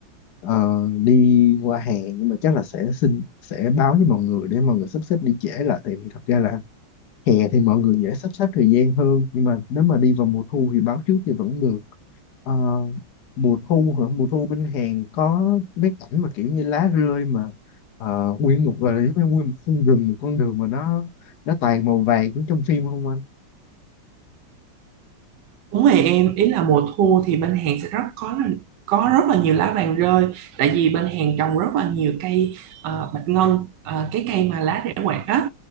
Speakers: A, on the left; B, on the right.
A: ờ, đi qua hàng nhưng mà chắc là sẽ xin sẽ báo với mọi người để mọi người sắp xếp đi trễ lại tại vì thật ra là hè thì mọi người dễ sắp xếp thời gian hơn nhưng mà nếu mà đi vào mùa thu thì báo trước thì vẫn được Ờ, mùa thu hả mùa thu bên Hàn có mấy cảnh mà kiểu như lá rơi mà ờ, nguyên một gọi là giống như nguyên một khu rừng một con đường mà nó nó toàn màu vàng giống trong phim không anh
B: Đúng rồi em, ý là mùa thu thì bên Hàn sẽ rất có là có rất là nhiều lá vàng rơi tại vì bên Hàn trồng rất là nhiều cây ờ, bạch ngân ờ, cái cây mà lá rễ quạt á